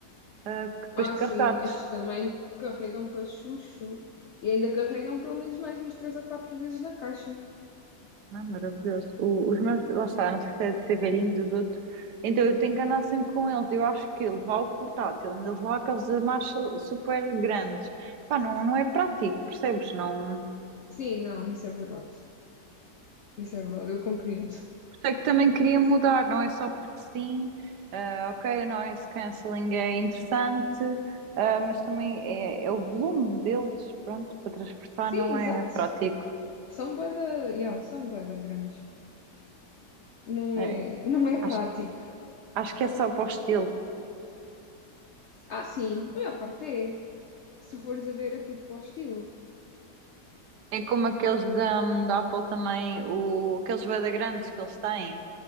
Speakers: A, on the right (about 75°); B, on the left (about 70°).
A: ah, que depois
B: Ah,
A: de carregados.
B: sim, estes também carregam para chuchu. E ainda carregam pelo menos mais umas três ou quatro vezes na caixa.
A: Não é maravilhoso. O- os meus, lá está, não sei se é de ser velhinho dos outros, então eu tenho que andar sempre com eles. Eu acho que levar o portátil, ainda levar aqueles da Marshall super grandes. Pá, não, não é prático, percebes? Não.
B: Sim, não, isso é verdade. Isso é verdade, eu compreendo.
A: sei que também queria mudar, não é só porque sim, ah, ok, o noise cancelling é interessante, ah, mas também é, é o volume deles, pronto, para transportar
B: Sim,
A: não
B: exato.
A: é prático.
B: São bué da, yeah, são bué da grandes. Não
A: É,
B: é, não é
A: acho,
B: prático.
A: acho que é só para o estilo.
B: Ah, sim, a maior parte é. Se fores a ver, é tudo para o estilo.
A: É, é como aqueles da, da Apple também, o, aqueles bué grandes que eles têm.